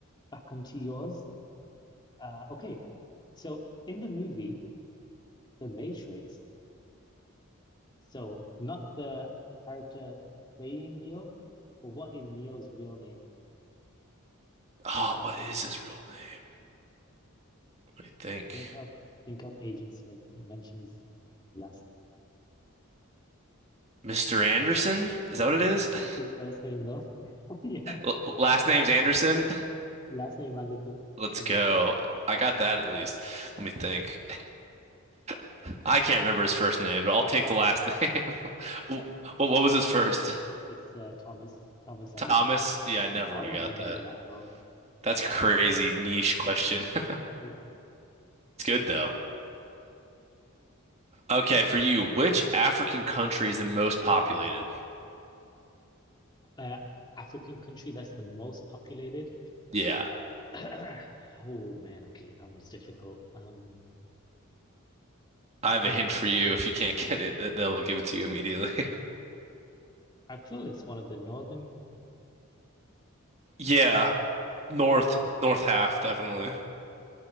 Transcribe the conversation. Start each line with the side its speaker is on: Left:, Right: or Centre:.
Left: back onto yours. Uh, okay, so in the movie The Matrix, so not the character playing Neo, but what is Neo's real name?
Right: Oh, what is his real name? What do you think?
Left: Think of think of Agent Smith. He mentions last name.
Right: Mr. Anderson? Is that what it is?
Left: What's
Right: <laughs>
Left: his first name though? <laughs> Yeah,
Right: L last name's Anderson?
Left: last name Anderson.
Right: Let's
Left: Anderson.
Right: go.
Left: <laughs>
Right: I got that at least. Let me think. <laughs> I can't remember his first name, but I'll take the last <laughs> name. What, what was his first?
Left: It's uh, Thomas Thomas Anderson.
Right: Thomas? Yeah, I never
Left: I
Right: would
Left: don't
Right: have got
Left: remember
Right: that.
Left: that at all.
Right: That's crazy niche
Left: Mm.
Right: question. <laughs>
Left: Yeah.
Right: It's good though. Okay, for you, which African country is the most populated?
Left: Uh, African country that's the most populated.
Right: Yeah.
Left: <clears throat> Oh man, okay, that one's difficult. Um,
Right: I have
Left: hmm.
Right: a hint for you. If you can't <laughs> get it, th- they'll give it to you immediately. <laughs>
Left: I feel it's one of the northern.
Right: Yeah,
Left: Uh,
Right: north north half definitely.